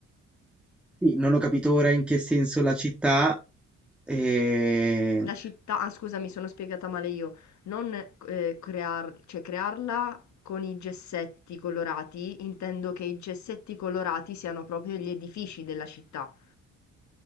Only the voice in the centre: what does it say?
Sì, non ho capito ora in che senso la città. eh,